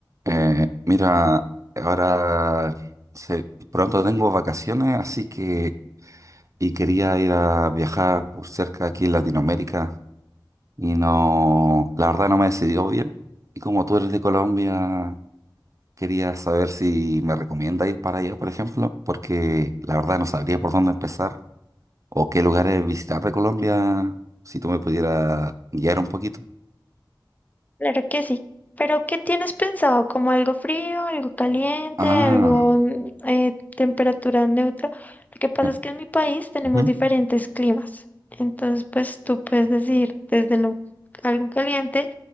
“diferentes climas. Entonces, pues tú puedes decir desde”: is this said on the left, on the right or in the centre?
Left